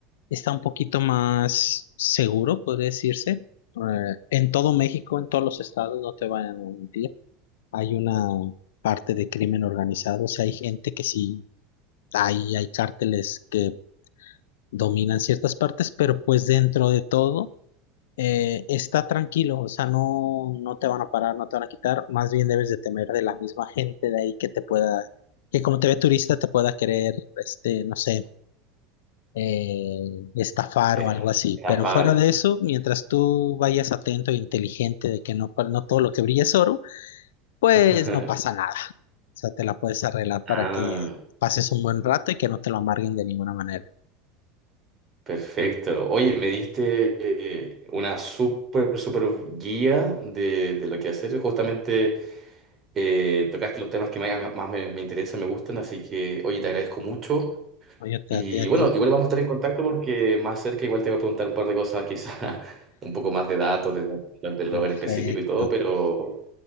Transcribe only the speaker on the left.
está un poquito más seguro, podría decirse. Eh, en todo México, en todos los estados, no te vayan a mentir, hay una parte de crimen organizado, o sea, hay gente que sí, hay, hay cárteles que dominan ciertas partes, pero pues dentro de todo eh, está tranquilo, o sea, no, no te van a parar, no te van a quitar, más bien debes de temer de la misma gente de ahí que te pueda, que como te ve turista te pueda querer, este, no sé, eh, estafar
o algo así.
Pero
fuera de eso, mientras tú vayas atento e inteligente de que no, no todo lo que brilla es oro, pues
no pasa nada. O sea, te la puedes arreglar para
que pases un buen rato y que no te lo amarguen de ninguna manera.
Oye, te-
a ti, a
ti.
Perfecto.